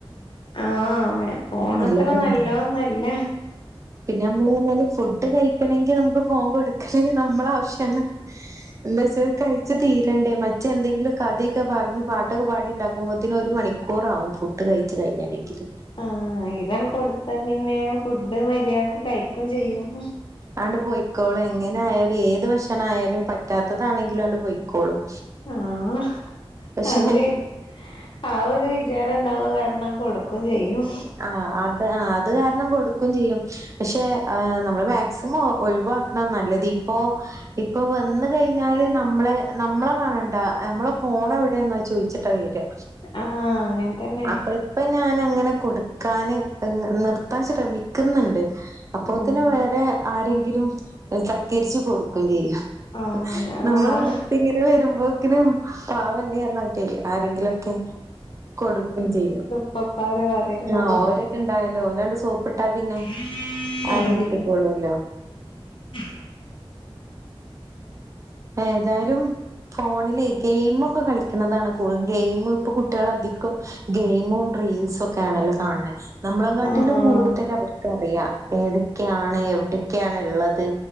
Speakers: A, on the left (about 60°); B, on the right (about 30°).
A: ആഹ് ഫോൺ
B: നല്ലതൊന്നല്ല.
A: അത്ര നല്ലത് ഒന്നു അല്ല
B: പിന്നെ നമ്മള് പറഞ്ഞല് ഫുഡ് കഴിക്കണെങ്കിൽ നമുക്ക് ഫോൺ കൊടുക്കാണെങ്കിൽ നമ്മളെ ആവശ്യാണ് എന്താ വെച്ചാൽ കഴിച്ചു തീരണ്ടേ മറ്റെന്തെങ്കിലും കഥയൊക്കെ പറഞ്ഞ് പാട്ടൊക്കെ പാടി ഉണ്ടാക്കുമ്പോത്തിന് ഒരു മണി ക്കൂറാവും ഫുഡ് കഴിച്ച് കഴിയെണെങ്കില്
A: ആഹ് ഇതാണ് കൊടുത്ത പിന്നെ ഫുഡ് മര്യാദക്ക് കഴിക്കും ചെയ്യും
B: ആണ്ട് പോയി ക്കോളും എങ്ങനെ ആയാലും ഏത് ഭക്ഷണം ആയാലും പറ്റാത്തതാണെങ്കിലും ആണ്ട് പൊയി ക്കോളും
A: ആഹ്
B: പക്ഷെ
A: അത് കരു ആ ഒരു വിചാരം ഉണ്ടാവും കാരണം കൊടുക്കും ചെയ്യും
B: ആഹ് അത് ആഹ് അത് കാരണം കൊടുക്കും ചെയ്യും പക്ഷെ ആഹ് നമ്മള് മാക്സിമം ഒഴിവാ ക്ക്ണാ നല്ലത് ഇപ്പോ ഇപ്പൊ വന്ന് കഴിഞ്ഞാല് നമ്മളെ നമ്മളെ കാണണ്ട നമ്മളെ ഫോൺ എവിടേ എന്നാ ചോദിച്ചിട്ടാ വരുക
A: ആഹ് അങ്ങനെ തന്നെ
B: അപ്പൊ ഇപ്പ ഞാൻ അങ്ങനെ കൊടുക്കാന് നിർത്താൻ ശ്രമിക്കുന്നുണ്ട് അപ്പോത്തിന്
A: ഉം
B: ഇവടെ ആരെങ്കിലും തക്കേരിച്ചു കൊടുക്കയും ചെയ്യാ
A: ആഹ് ആഹ്
B: നമ്മള് നിർത്തി ഇങ്ങനെ വരുമ്പോത്തിനും പാവം അല്ലെ എന്ന് പറഞ്ഞിട്ടെയ് ആരെങ്കിലും ഒക്കെ കൊടുക്കയും ചെയ്യും
A: ഇപ്പപ്പാരെ വരെ ട്ടൊക്കെ
B: ആഹ്
A: കൊടുക്കു
B: ഓരൊക്കെ ഇണ്ടായാലോ ഓലാണ്ട് സോപ്പിട്ടാ പിന്നെ
A: ലേ
B: ആണ്ട്
A: <inaudible> ആഹ്
B: കിട്ടിക്കോളൂല്ലോ
A: <inaudible>
B: ഏതായാലും ഫോണിലെയ് ഗെയിമ് ഒക്കെ കളിക്കുന്നതാണ് കൂടുതൽ ഗെയിമ് ഇപ്പൊ കുട്ടികള് അധികം ഗെയിമും റീൽസും ഒക്കെ ആണല്ലോ കാണ്‌ണത് നമ്മളെ കാട്ടിലും
A: ആഹ്
B: കൂടുതല് അവർക്ക് അറിയാം ഏതൊക്കെയാണ് എവിടെക്കേണ് ഉള്ളത്